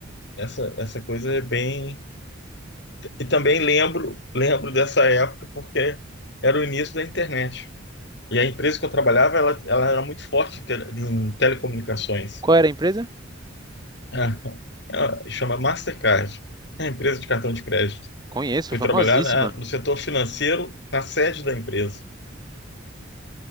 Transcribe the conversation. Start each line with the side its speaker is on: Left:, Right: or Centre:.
Left: essa, essa coisa é bem E também lembro, lembro dessa época porque era o início da internet. E a empresa que eu trabalhava, ela, ela era muito forte em, tele- em telecomunicações.
Right: Qual era a empresa?
Left: Ah, ela chama Mastercard, é a empresa de cartão de crédito.
Right: Conheço,
Left: Fui
Right: famosíssima.
Left: trabalhar na- no setor financeiro, na sede da empresa.